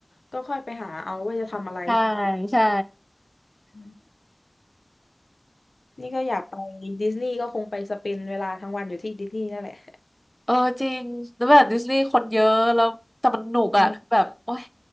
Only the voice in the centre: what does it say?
ใช่ใช่
เออจริงแล้วแบบดิสนีย์คนเยอะแล้วแต่มันหนุกอ่ะคือแบบโอ๊ย